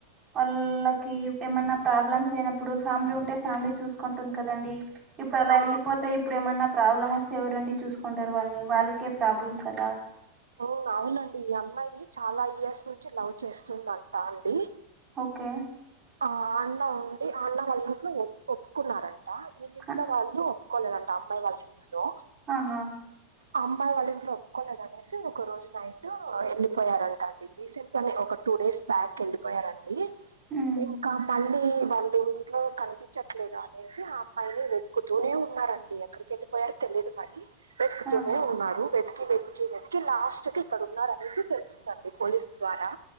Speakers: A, on the right; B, on the right.
A: వళ్ళకి ఏమన్నా ప్రాబ్లమ్స్ అయినప్పుడు ఫ్యామిలీ ఉంటే ఫ్యామిలీ చూసుకుంటుంది కదండి ఇప్పుడు అలా
B: ఆ
A: వెళ్ళిపోతే ఇప్పుడు ఏమన్నా ప్రాబ్లమ్ వస్తే ఎవరండి చూసుకుంటారు వాళ్ళని వాళ్ళకే ప్రాబ్లం కదా
B: ఓ అవునండి ఈ అమ్మాయి చాలా ఇయర్స్ నుంచి లవ్ చేస్తుందంటా అండి
A: ఓకే
B: ఆ అన్న ఉండి ఆ అన్న వాళ్ళ ఇంట్లో ఒప్పుకున్నారంట వీళ్ళ ఇంట్లో
A: ఆ-
B: వాళ్ళు ఒప్పు ఒప్పుకోలేదంట అమ్మాయి వాళ్ళ ఇంట్లో
A: ఆహా
B: అమ్మాయి వాళ్ళ ఇంట్లో ఒప్పుకోలేదు అనేసి ఒక రోజు నైట్ వెళ్ళిపోయారంట అండి రీసెంట్ గా నే ఒక టూ డేస్ బ్యాక్ వెళ్ళిపోయారండి
A: ఉమ్
B: ఇంకా మళ్ళీ వాళ్ళు ఇంట్లో కనిపించట్లేదు అనేసి ఆ అమ్మాయిని వెతు తుకుతూనే ఉన్నారండి ఎక్కడికి వెళ్ళిపోయారో తెలియదు మళ్ళీ వెతుకుతూనే
A: ఆ
B: ఉన్నారు వెతికి వెతికి వెతికి లాస్ట్ కి ఇక్కడ ఉన్నారు అనేసి తెలిసిందండి పోలీసు ద్వారా